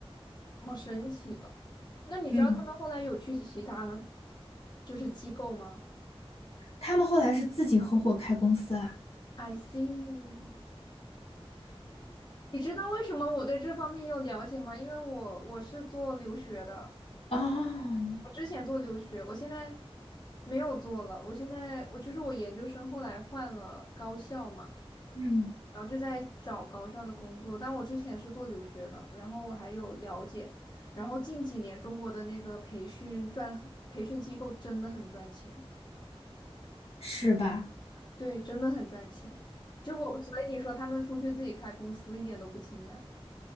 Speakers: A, on the left; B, on the left.
A: 好神奇哦！那你知道他们后来有去其他
B: 嗯。
A: 就是机构吗
B: 他们后来是自己合伙开公司啊，
A: ？I see。你知道为什么我对这方面有了解吗？因为我我是做留学的。
B: 哦，
A: 我之前做留学，我现在没有做了。我现在我就是我研究生后来换了高校嘛，
B: 嗯
A: 然后就在找高校的工作。但我之前是做留学的，然后我还有了解。然后近几年中国的那个培训赚，培训机构真的很赚钱，
B: 是吧？
A: 对，真的很赚钱。就我，所以你说他们出去自己开公司一点都不惊讶。